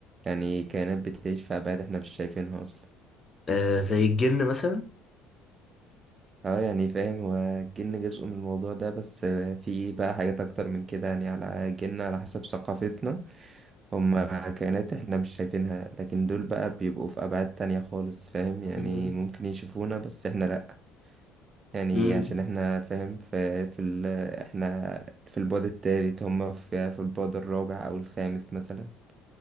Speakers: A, on the right (about 40°); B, on the left (about 30°).
A: يعني كائنات بتعيش في ابعاد احنا مش شايفينها اصلا
B: آه زي الجن مثلا؟
A: اه يعني فاهم والجن جزء من الموضوع ده بس آه، في بقى حاجات اكتر من كده يعني على جن على حسب ثقافتنا هم كائنات احنا مش شايفينها لكن دول بقى بيبقوا في ابعاد تانية خالص فاهم يعني
B: مم.
A: ممكن يشوفونا بس احنا لا يعني
B: مم.
A: عشان احنا فاهم في في ال احنا في البعد التالت هم في في البعد الرابع او الخامس مثلا